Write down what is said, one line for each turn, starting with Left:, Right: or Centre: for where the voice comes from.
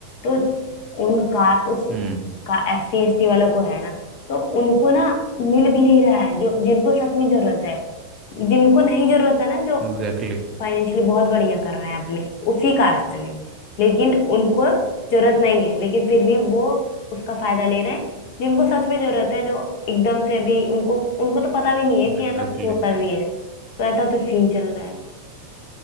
Left: तो उन का उस
Right: हम्म
Left: का एस सी एस टी वालों को है ना तो उनको ना मिल भी नहीं रहा है जो जिनको सच में जरूरत है जिनको नहीं जरूरत है ना जो
Right: Exactly
Left: फाइनेंशियली बहुत बढ़िया कर रहे हैं अपने उसी कास्ट में लेकिन उनको जरूरत नहीं है लेकिन फिर भी वो उसका फायदा ले रहे हैं जिनको सच में जरूरत है जो एकदम से अभी उनको उनको तो पता भी नहीं है कि
Right: exactly
Left: ऐसा कुछ होता भी है तो ऐसा तो सीन चल रहा है